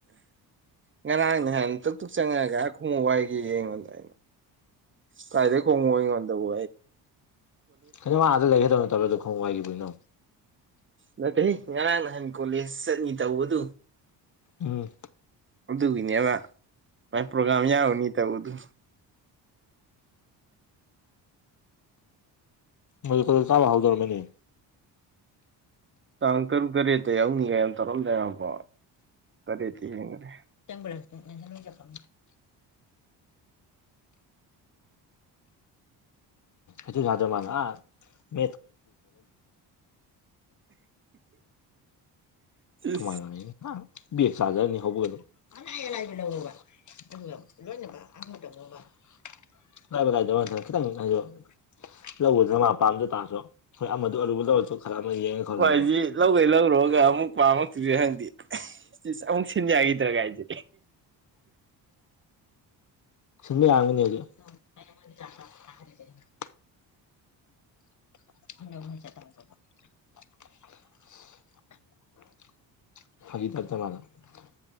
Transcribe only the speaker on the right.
ꯉꯔꯥꯡ ꯅꯍꯥꯟ ꯇꯨꯛ ꯇꯨꯛ ꯆꯪꯉꯒ ꯈꯣꯡꯎ ꯋꯥꯏꯒꯦꯌꯦ ꯌꯦꯡꯉꯣꯟꯗ ꯀꯥꯏꯗꯩ ꯈꯨꯉꯨꯞ ꯑꯩꯉꯣꯜꯗꯕꯨ
ꯅꯠꯇꯦꯍꯦ ꯉꯔꯥꯡ ꯅꯍꯥꯟ ꯀꯣꯂꯦꯁ ꯆꯠꯅꯤ ꯇꯧꯕꯗꯨ
ꯑꯗꯨꯒꯤꯅꯦꯕ ꯃꯥꯏ ꯄ꯭ꯔꯣꯒꯥꯝ ꯌꯥꯎꯅꯤ ꯇꯧꯕꯗꯨ
ꯇꯥꯡ ꯇꯔꯨꯛ ꯇꯔꯦꯠꯇ ꯌꯥꯎꯅꯤꯡꯉ ꯇꯧꯔꯝꯗꯥꯏꯅꯦꯕꯣ ꯇꯔꯦꯠꯇꯤ ꯌꯦꯡꯈꯔꯦ
ꯏꯁ
ꯍꯣꯏ ꯍꯥꯏꯁꯤ ꯂꯧꯈꯩ ꯂꯧꯔꯨꯔꯒ ꯑꯃꯨꯛ ꯄꯥꯝꯃꯛꯇ꯭ꯔꯤꯔ ꯈꯪꯗꯦ ꯁꯤꯁ ꯑꯃꯨꯛ ꯁꯤꯟ ꯌꯥꯈꯤꯗ꯭ꯔꯥꯒꯥꯏꯁꯦ